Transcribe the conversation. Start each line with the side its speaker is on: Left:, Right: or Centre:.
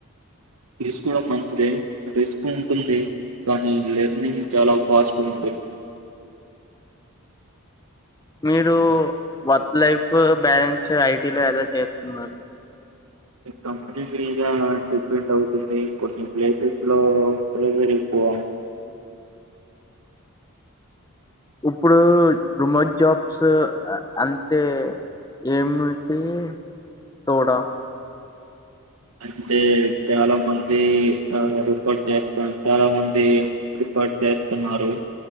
Right: తీసుకోవడం మంచిదె రిస్క్ ఉంటుంది కానీ లెర్నింగ్ చాలా ఫాస్ట్ ఉంటుంది
Left: మీరు వర్క్ లైఫ్ బ్యాలెన్స్ ఐటీ లో ఎదో చేస్తున్నారు
Right: కంపెనీ మీద డిపెండ్ అవుతుంది కొన్ని ప్లేసెస్ లో ప్రెషర్ పోవ
Left: ఉప్పుడు రిమోట్ జాబ్స్ అంటే ఏమిటి తోడా
Right: అంటే చాలా మంది ఆ రిపోర్ట్ చేస్తాం చాలా మంది రిపోర్ట్ చేస్తున్నారు